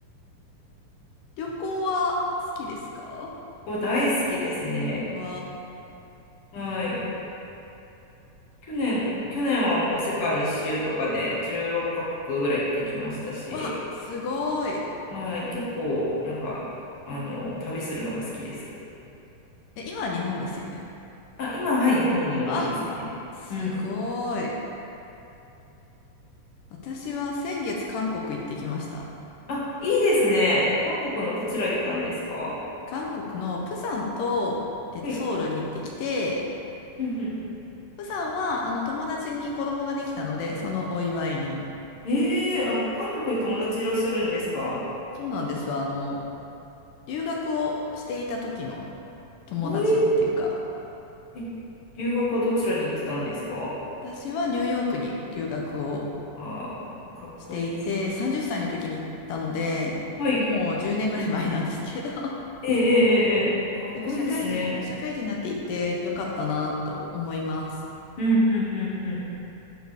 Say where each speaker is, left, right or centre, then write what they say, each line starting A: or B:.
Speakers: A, on the left; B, on the left.
A: 旅行は好きですか
B: ここ大好きですね。
A: わ
B: はい。去年、去年はもう世界一周とかで16カ国ぐらい行ってきましたし、
A: ー。わ、すごい。
B: はい、結構なんか、あの、旅するのが好きです。
A: え、今は日本ですよね。
B: あ、今、はい、日本におりますね。
A: あ、すごい。
B: うん。
A: 私は先月韓国行ってきました。
B: あ、いいですね。韓国のどちら行ったんですか
A: 韓国のプサンと、えっと、
B: はい。
A: ソウルに行ってきて、
B: うんうん。
A: プサンは、あの、友達に子供ができたので、そのお祝いに。
B: ええあ、韓国に友達いらっしゃるんですか
A: そうなんです。あの、留学をしていた時の友達っていうか、
B: おえー、え留学はどちらに行ってたんですか
A: 私はニューヨークに留学を
B: あー、かっこいい。
A: していて、30歳の時に行ったので、
B: はい。
A: もう10年ぐらい前なんですけど、<laughs>
B: ええええええかっこいいですね。
A: でも社会人、社会人になっていてよかったなと思います。
B: うんうんうんうん。